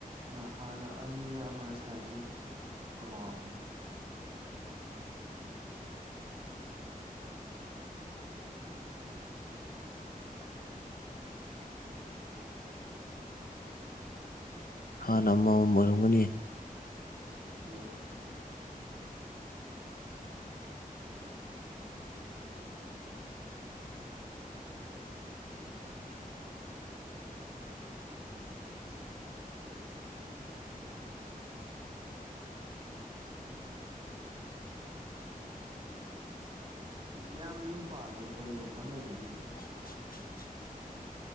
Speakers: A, on the right; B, on the left.
A: ꯑ ꯍꯥꯟꯅ ꯑꯅꯤꯔ ꯑꯃꯅ ꯁꯥꯟꯅ ꯀꯥꯎꯔꯤ
B: ꯍꯥꯟꯅ ꯑꯃꯃꯝ ꯑꯣꯏꯔꯝꯒꯅꯤ
A: ꯑꯣ ꯏꯌꯥꯝꯕꯥ ꯌꯨꯝ ꯄꯥꯜꯂꯣ ꯀꯩ ꯍꯣꯠꯅꯕꯤꯔꯤꯒꯦ
B: <inaudible>